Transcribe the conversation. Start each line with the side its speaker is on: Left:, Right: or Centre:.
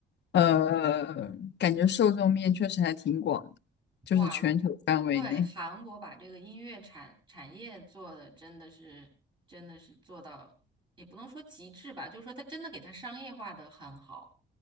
Left: 呃，感觉受众面确实还挺广的，就是全球范围内。
Right: 哇，我对韩国把这个音乐产产业做的真的是真的是做到，也不能说极致吧，就是说它真的给它商业化的很好。